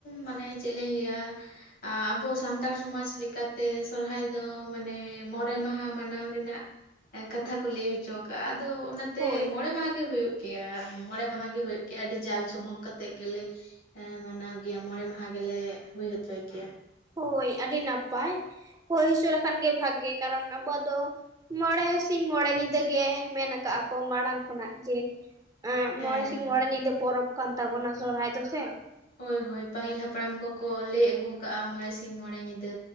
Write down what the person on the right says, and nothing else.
ᱦᱳᱭ
ᱦᱳᱭ ᱟᱹᱰᱤ ᱱᱟᱯᱟᱭ, ᱦᱳᱭ ᱦᱚᱪᱚ ᱞᱮᱠᱷᱟᱱ ᱜᱮ ᱵᱷᱟᱜᱮ ᱠᱟᱨᱚᱱ ᱟᱵᱚᱣᱟᱜ ᱫᱚ ᱢᱚᱬᱮ ᱥᱤᱧ ᱢᱚᱬᱮ ᱧᱤᱫᱟᱹ ᱜᱮ ᱢᱮᱱ ᱟᱠᱟᱜᱼᱟᱠᱚ ᱢᱟᱲᱟᱝ ᱠᱷᱚᱱᱟᱜ ᱡᱮ
ᱢᱚᱬᱮ ᱥᱤᱧ ᱢᱚᱬᱮ ᱧᱤᱫᱟᱹ ᱯᱚᱨᱚᱵᱽ ᱠᱟᱱ ᱛᱟᱵᱚᱱᱟ ᱥᱚᱨᱦᱟᱭ ᱫᱚ ᱥᱮ᱾